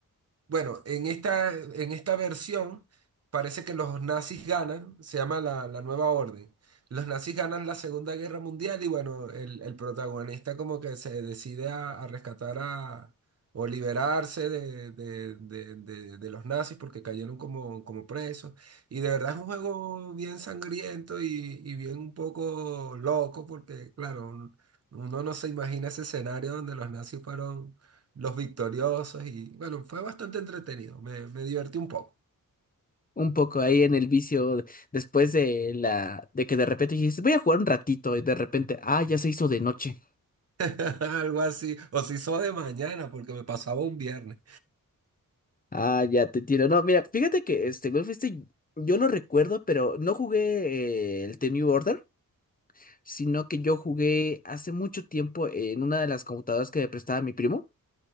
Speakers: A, on the right; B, on the left.
A: Bueno, en esta, en esta versión parece que los nazis ganan, se llama la, la Nueva Orden. Los nazis ganan la Segunda Guerra Mundial y bueno, el, el protagonista como que se decide a, a rescatar a, o liberarse de, de- de- de- de los nazis porque cayeron como, como presos. Y de verdad es un juego bien sangriento y, y bien un poco loco porque claro, un- uno no se imagina ese escenario donde los nazis fueron los victoriosos y bueno, fue bastante entretenido, me, me divertí un poco,
B: Un poco ahí en el vicio, después de la, de que de repente dijiste, voy a jugar un ratito y de repente, ah, ya se hizo de noche.
A: <laughs> algo así, o si hizo de mañana porque me pasaba un viernes,
B: Ah, ya te entiendo. No, mira, fíjate que este Golf este yo lo recuerdo, pero no jugué eh, el The New Order, sino que yo jugué hace mucho tiempo en una de las computadoras que me prestaba mi primo,